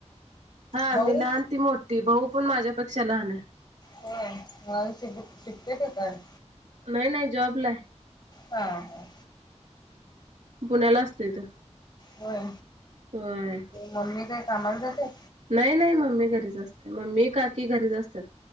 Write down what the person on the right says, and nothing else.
हा
मी लहान ती मोठी भाऊ पण माझ्यापेक्षा लहान आहे.
न‌इ न‌इ जॉबला आहे.
पुण्याला असतोय तो
होय
नाही नाही मम्मी घरीच असते, मम्मी काकी घरीच असतात.